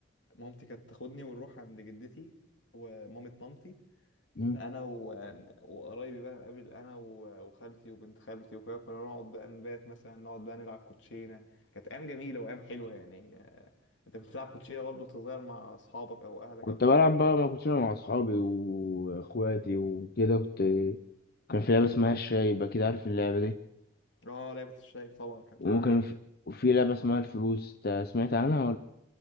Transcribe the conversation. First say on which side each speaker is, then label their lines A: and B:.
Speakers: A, on the left (about 80°); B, on the left (about 55°).
A: مامتي كانت تاخدني ونروح عند جدتي ومامة مامتي
B: مم.
A: انا و... وقرايبي بقى نقابل انا و... وخالتي وبنت خالتي وكده كنا نقعد بقى نبات مثلا نقعد بقى نلعب كوتشينه كانت ايام جميله وايام حلوه يعني آه، انت كنت بتلعب كوتشينه برضو وانت صغير مع اصحابك او اهلك
B: كنت
A: او كده
B: بلعب بقى ما كنتش أنا مع أصحابي وإخواتي وكده كنت كان في لعبة اسمها الشاي يبقى كده عارف اللعبة دي
A: اه لعبه الشايب طبعا كانت
B: وممكن
A: لعبه جميله
B: في في لعبة اسمها الفلوس إنت سمعت عنها